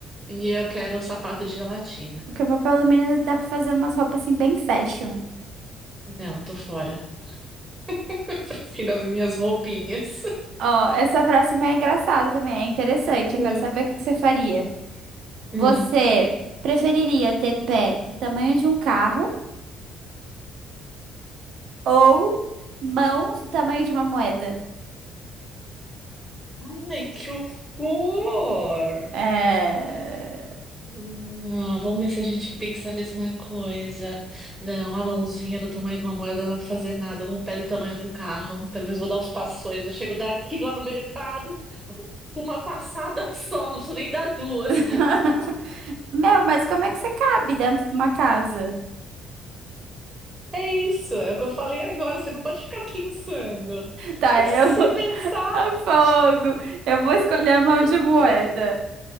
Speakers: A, on the right (about 20°); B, on the right (about 70°).
A: E eu quero um sapato de gelatina.
B: Porque o papel alumínio dá pra fazer umas roupas assim bem fashion.
A: Não, tô fora. <laughs> Prefiro as minhas roupinhas.
B: Ó, essa próxima é engraçada também, é interessante.
A: É.
B: Eu quero saber o que que você faria.
A: Hum.
B: Você preferiria ter pé do tamanho de um carro ou mãos do tamanho de uma moeda?
A: Ai, que horror!
B: É...
A: Não, vamos ver se a gente pensa a mesma coisa. Não, uma mãozinha do tamanho de uma moeda não dá pra fazer nada. Um pé do tamanho de um carro. Pelo menos vou dar uns passões. Eu chego daqui lá no mercado com uma passada só, não preciso nem dar duas.
B: <laughs> Meu, mas como é que você cabe dentro de uma casa?
A: É isso, é o que eu falei agora. Você não pode ficar pensando. O
B: Tá,
A: que você
B: eu. <laughs>
A: pensar?
B: A Fogo! Eu vou escolher a mão de moeda.
A: Porque,